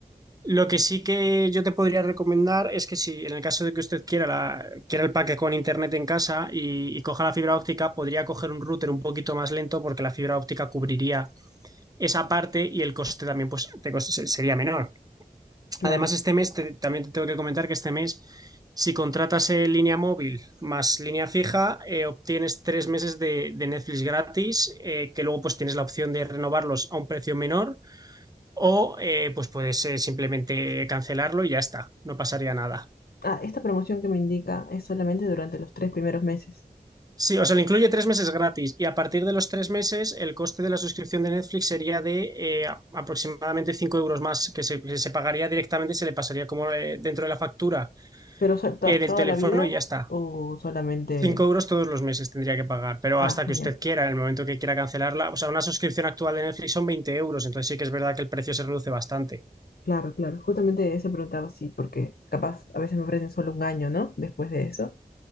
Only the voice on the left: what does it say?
claro.
Ah, esta promoción que me indica es solamente durante los tres primeros meses.
¿Pero o sea, to-
toda
la vida
o solamente...?
Ah,
genial.
Claro, claro. Justamente eso preguntaba, sí, porque capaz a veces me ofrecen solo un año, ¿no? Después de eso.